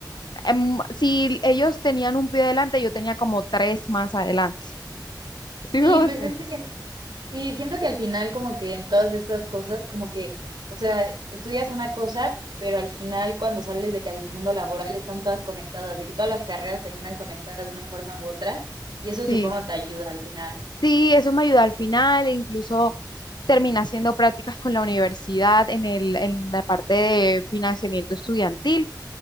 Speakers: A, on the left; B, on the right.
A: em, si ellos tenían un pie adelante, yo tenía como tres más adelante. <laughs> ¿Sí
B: Sí,
A: me voy
B: pues
A: a entender?
B: es que sien- sí, siento que al final como que en todas estas cosas, como que, o sea, estudias una cosa, pero al final cuando sales de que al mundo laboral están todas conectadas, de que todas las carreras terminan conectadas de una forma u otra, y eso
A: Sí.
B: supongo te ayuda al final.
A: Sí, eso me ayudó al final, incluso terminé haciendo prácticas con la universidad en el, en la parte de financiamiento estudiantil